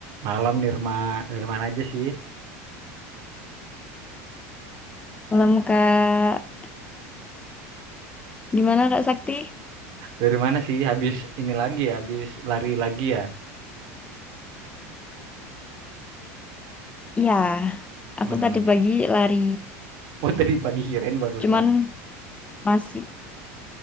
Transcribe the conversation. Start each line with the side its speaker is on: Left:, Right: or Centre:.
Right: Malam Nirma, dari mana aja sih?
Left: Malam Kak, gimana Kak Sakti?
Right: Dari mana sih? Habis ini lagi ya, habis lari lagi ya.
Left: Ya, aku
Right: Hmm.
Left: tadi pagi lari,
Right: Oh tadi pagi kirain barusan.
Left: cuman masih